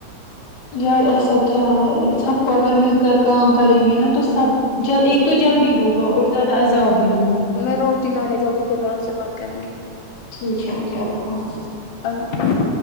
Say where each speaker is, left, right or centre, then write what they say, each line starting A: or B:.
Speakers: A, on the left (about 50°); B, on the left (about 75°).
A: یار ایسا کیا ہے سب کو اگر مل کر کام کریں گے نا تو سب جب ایک تو جلدی ہوگا اور زیادہ عذاب بھی نہیں ہوگا
B: میں روٹی لانے جاؤں گی پھر میں آپ سے بات کروں گی
A: ٹھیک ہے اوکے کیا اللہا
B: اللہ حافظ